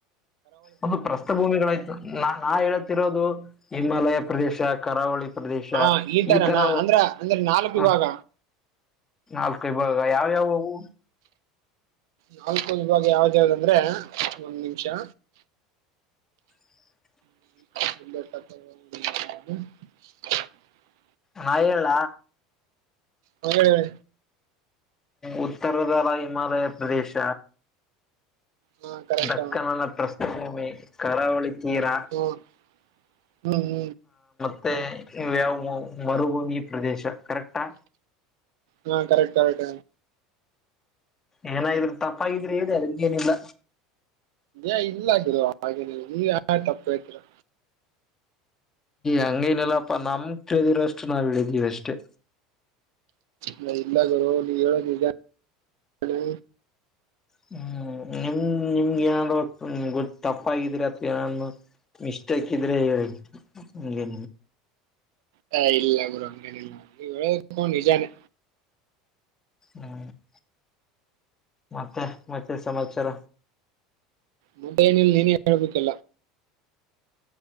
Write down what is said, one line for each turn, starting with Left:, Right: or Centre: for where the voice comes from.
Left: ಒಂದು ಪ್ರಸ್ಥ ಭೂಮಿಗಳಾಯ್ತು ನಾ ನಾ ಹೇಳತಿರೋದು ಹಿಮಾಲಯ ಪ್ರದೇಶ ಕರಾವಳಿ ಪ್ರದೇಶ
Right: ಹಾ ಈ ತರನಾ
Left: ಈತರ
Right: ಅಂದ್ರ ಅಂದ್ರೆ ನಾಲ್ಕು ವಿಭಾಗ
Left: ಹ ನಾಲ್ಕೈ ಭಾಗ ಯಾವ ಯಾವವು
Right: ನಾಲ್ಕು ವವಿಭಾಗ ಯಾವ್ದ ಯಾವ್ದಂದ್ರೆ ಒಂದ್ ನಿಮಿಷ
Left: <inaudible>
Right: <unintelligible>
Left: ನಾ ಹೇಳ
Right: ಹಾ ಹೇಳಿ
Left: ಉತ್ತರದ ಹಿಮಾಲಯ ಪ್ರದೇಶ
Right: ಹಾ ಕರೆಕ್ಟ್
Left: ದಕ್ಕನನ ಪ್ರಸ್ತ ವಿಮೆ ಕರಾವಳಿ ತೀರ
Right: ಹ್ಮ್ ಹ್ಮ್ ಹ್ಮ
Left: ಮತ್ತ ಇವುಯವು ಮರುಭೂಮಿ ಪ್ರದೇಶ ಕರೆಕ್ಟಾ
Right: ಹಾ ಕರೆಕ್ಟ್ ಕರೆಕ್
Left: ಏನಾಗ್ರರು ತಪ್ಪಾಗಿದ್ರೆ ಹೇಳಿ ಅದಕ್ಕೇನಿಲ್ಲ
Right: ಏ ಇಲ್ಲಗ ಹಾಗೆ ನೀವ ಯಾ ತಪ್ಪತರಾ
Left: ಹಂಗೇನಿಲ್ಲಪ್ಪ ನಮ ಕೇಳಿದಿರಷ್ಟು ನಾವ ಇಡಿದೀವಿ ಅಷ್ಟೇ
Right: ಹೇ ಇಲ್ಲ ಗುರು ನೀನು ಹೇಳುದು ನಿಜಾನೇ
Left: ಹ್ಮ್ ನಿಮ ನಿಮ್ಗೆ ಏನಾದ್ ಗೊ ಟಫ್ ಆಗಿದ್ರೆ ಅಥ ಏನು ಮಿಸ್ಟೇಕ್ ಇದ್ರೆ ಹೇಳಿ ಹಗೆ
Right: ಹ ಇಲ್ಲ ಗುರು ಹಂಗೇನಿಲ್ಲ ನೀವ್ ಹೇಳದೊಂಡ ನಿಜಾನೇ
Left: ಹ್ಮ್ <inaudible> ಮತ್ತೆ ಮತ್ತೆ ಸಮಾಚಾರ
Right: ಮುದೆ ನಿಲ್ಲ ನೀನೇ ಹೇಳ್ಬೇಕಲ್ಲ